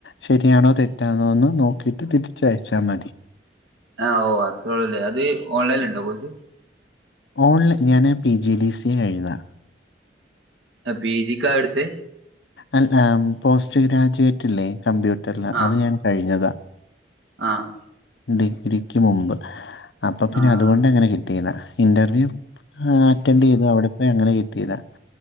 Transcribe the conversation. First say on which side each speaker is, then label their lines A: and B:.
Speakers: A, on the left (about 70°); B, on the right (about 80°).
A: ശരിയാണോ തെറ്റാണോ എന്ന് നോക്കീട്ട് തിരിച്ച് അയച്ചാ മതി
B: ആഹ്, ഓ അത്ര ഉള്ളൂല്ലേ അത്. ഓൺലൈനിൽ ഉണ്ടോ കോഴ്‌സ്.
A: ഓൺല് ഞാന് പി, ജി, ഡി, സി കഴിഞ്ഞതാ.
B: ആഹ്, പി ജിക്കാ ട്ത്ത്?
A: അൽ, അ പോസ്റ്റ് ഗ്രാജുവേറ്റ് ഇല്ലേ? കമ്പ്യൂട്ടറില്
B: ആഹ്
A: അത് ഞാൻ കഴിഞ്ഞതാ.
B: ആഹ്
A: ഡിഗ്രിക്ക് മുമ്പ്. അപ്പൊ പിന്നെ
B: ആഹ്
A: അതുകൊണ്ട് അങ്ങനെ കിട്ടിയത്. ഇന്റർവ്യൂ ആഹ്, അറ്റൻഡ ചെയ്തു. അവിടെ പ്പ അങ്ങനെ കിട്ടിതാ.